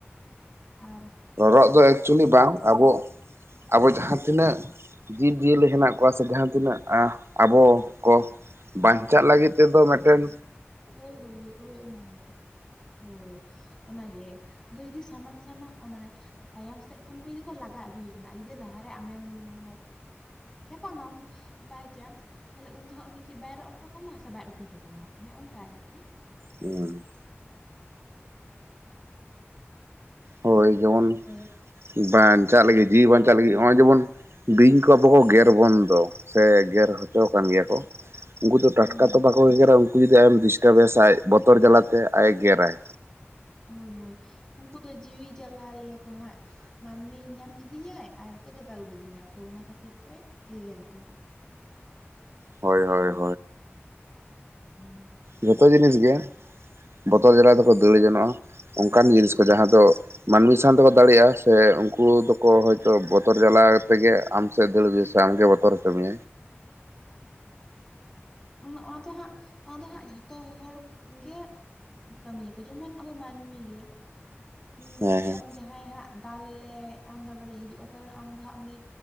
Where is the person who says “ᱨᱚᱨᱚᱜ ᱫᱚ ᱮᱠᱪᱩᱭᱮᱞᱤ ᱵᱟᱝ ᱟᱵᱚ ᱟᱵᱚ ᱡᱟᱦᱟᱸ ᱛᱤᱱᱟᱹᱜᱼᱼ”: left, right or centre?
Right